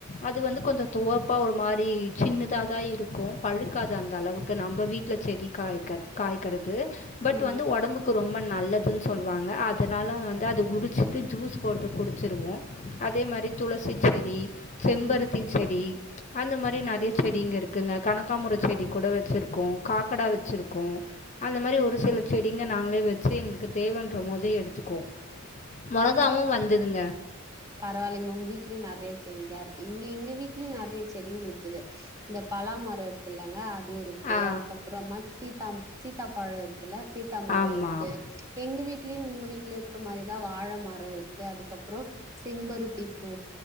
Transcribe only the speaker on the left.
அது வந்து கொஞ்ச துவர்ப்பா ஒரு மாரி சின்னத தா இருக் கும் பழுக்காது அந்த அளவுக்கு நம்ம வீட்ல செடி காய்க காய்கறது
பட் வந்து ஒடம்புக்கு ரொம்ப நல்லதுன் சொல்லுவாங்க அதுனால வந்து அது குரிச்சிட்டு ஜூஸ் போட்டு குடிச்சிருவோ அதே மாரி துளசி செடி செம்பருத்தி
செடி அந்த மாரி நெறய செடிங்க இருக்குங்க கனக்காமர செடி கூட வச்சிருக்கோ காக்கடா வச்சிருக்கோ அந்த மாரி ஒரு சில செடிங்க நாங்களே வச்சி எங்களுக்கு தேவன்றமோது எடுத்துக்குவோ மெளதாவு வந்ததுங்க
ஆ
ஆமாம்